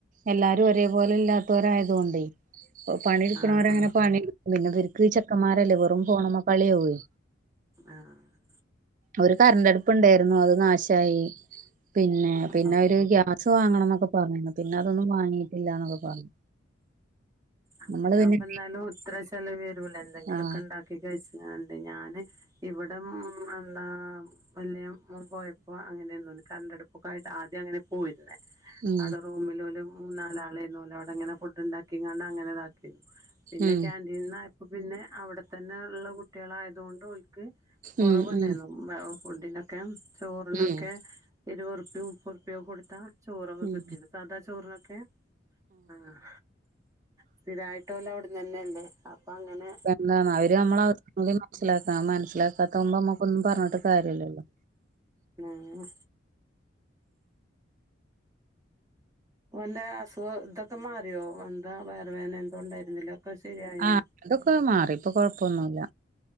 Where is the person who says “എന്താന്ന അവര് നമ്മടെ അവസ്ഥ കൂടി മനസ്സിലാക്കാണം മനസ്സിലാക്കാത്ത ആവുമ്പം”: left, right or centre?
Right